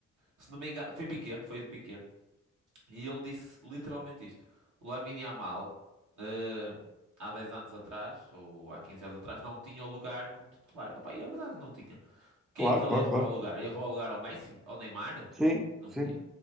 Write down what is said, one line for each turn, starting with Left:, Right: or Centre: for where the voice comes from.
Right: se não me engano, foi Piqué, foi do Piqué, e ele disse literalmente isto: o Lamine Yamal, eh, há 10 anos atrás, ou há 15 anos atrás, não tinha lugar como titular. Epá, e é verdade, não tinha. Quem
Centre: Claro,
Right: é que ele
Centre: claro,
Right: ia roubar
Centre: claro.
Right: o lugar? Ia roubar o lugar ao Messi? Ao Neymar?
Centre: Sim,
Right: Não
Centre: sim.
Right: ia,